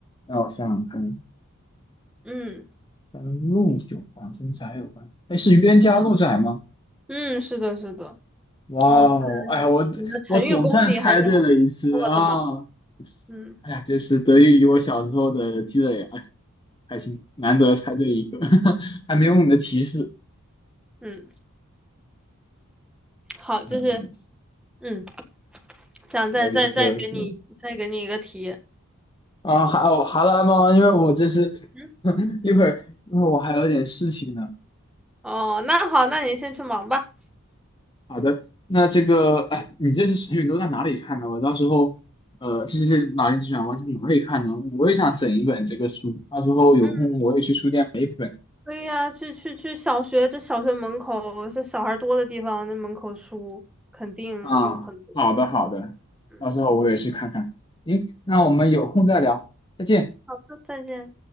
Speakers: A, on the left (about 20°); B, in the centre.
A: 那我想想看，
B: 嗯
A: 跟路有关，跟窄有关。哎，是冤家路窄吗？
B: 嗯，是的，是的。
A: 哇哦，
B: 哦，看
A: 哎，我我总算猜对了一次啊！
B: 你的成语功底还是很不错的嘛。嗯，
A: 哎呀，这是得益于我小时候的积累啊，哎呀，开心，难得猜对一个，<laughs> 还没有你的提示。
B: 嗯，好，就是
A: 没有没有
B: 嗯，这样再再再给你再给你一个题。
A: 有意思，有意思。啊，还有好了，猫，因为我这是
B: 嗯，
A: <laughs> 一会儿，一会儿我还有点事情呢。
B: 哦，那好，那你先去忙吧。
A: 好的，那这个，哎，你这些成语都在哪里看的？我到时候，呃，这些脑筋急转弯从哪里看呢？我也想整一本这个书，到时候有空我也去书店买一本。
B: 嗯，可以啊，去去去小学，这小学门口是小孩多的地方，那门口书肯定有很多。
A: 啊，好的好的，
B: 嗯，
A: 到时候我也去看看。行，那我们有空再聊，再见。
B: 好的，再见。